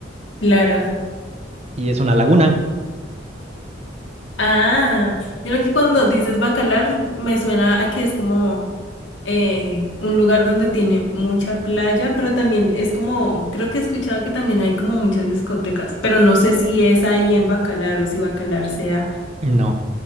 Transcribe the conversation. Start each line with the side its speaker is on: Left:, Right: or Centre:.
Left: claro.
Right: Y es una laguna.
Left: Ah, yo creo que cuando dices bacalar me suena a que es como eh, un lugar donde tiene mucha playa, pero también es como, creo que he escuchado que también hay como muchas discotecas, pero no sé si es ahí en Bacalar o si Bacalar sea,
Right: No,